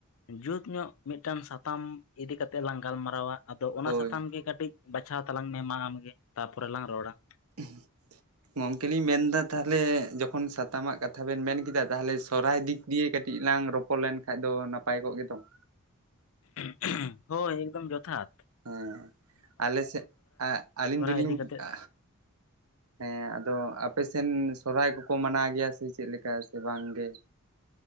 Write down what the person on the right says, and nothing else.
ᱦᱳᱭ
<unintelligible> ᱜᱚᱝᱠᱮ ᱞᱤᱧ ᱢᱮᱱᱫᱟ ᱛᱟᱦᱚᱞᱮ ᱡᱚᱠᱷᱚᱱ ᱥᱟᱛᱟᱢᱟᱜ ᱠᱟᱛᱷᱟ ᱵᱮᱱ ᱢᱮᱱ ᱠᱮᱫᱟ ᱛᱟᱦᱚᱞᱮ ᱥᱚᱨᱦᱟᱭ ᱫᱤᱠ ᱫᱤᱭᱮ ᱠᱟᱹᱴᱤᱡ ᱞᱟᱝ ᱨᱚᱯᱚᱲ ᱞᱮᱱ ᱠᱷᱟᱡ ᱫᱚ ᱱᱟᱯᱟᱭ ᱠᱚᱜ ᱜᱮᱫᱚ ᱾
ᱦᱮᱸ ᱟᱞᱮ ᱥᱮᱫ ᱟ ᱟᱹᱞᱤᱧ
ᱫᱩᱞᱤᱧ
ᱟ ᱦᱮᱸ ᱟᱫᱚ ᱟᱯᱮᱥᱱ ᱥᱚᱨᱦᱟᱭ ᱠᱚᱠᱚ ᱢᱟᱱᱟᱣ ᱜᱮᱭᱟ ᱥᱮ ᱪᱮᱫ ᱞᱮᱠᱟ ᱥᱮ ᱵᱟᱝ ᱜᱮ?